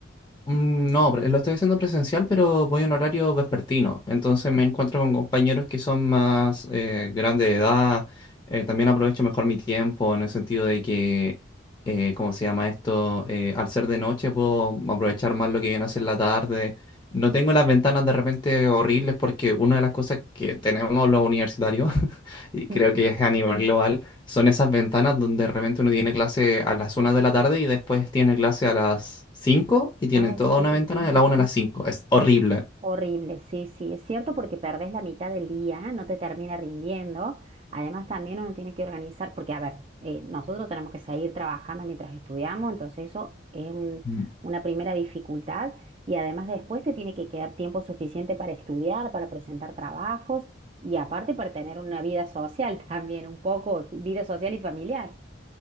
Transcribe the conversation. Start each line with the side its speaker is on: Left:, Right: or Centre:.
Left: Mm, No, pre- lo estoy haciendo presencial, pero voy en horario vespertino. Entonces me encuentro con compañeros que son más eh, grandes de edad. eh, también aprovecho mejor mi tiempo en el sentido de que, eh, ¿cómo se llama esto? Eh, al ser de noche puedo aprovechar más lo que viene a ser la tarde. No tengo las ventanas de repente horribles porque una de las cosas que tenemos los universitarios, <laughs> y creo
Right: Mm.
Left: que es a nivel global, son esas ventanas donde de repente uno tiene clase a las una de la tarde y después tiene clase a las cinco y tiene
Right: Ay,
Left: toda
Right: sí,
Left: una ventana de la una a las cinco Es horrible.
Right: horrible, sí, sí, es cierto porque perdés la mitad del día, no te termina rindiendo. Además, también uno tiene que organizar, porque a ver, eh, nosotros tenemos que seguir trabajando mientras estudiamos, entonces eso es un-
Left: Mm.
Right: una primera dificultad y además después te tiene que quedar tiempo suficiente para estudiar, para presentar trabajos y aparte para tener una vida social <laughs> también, un poco, vida social y familiar.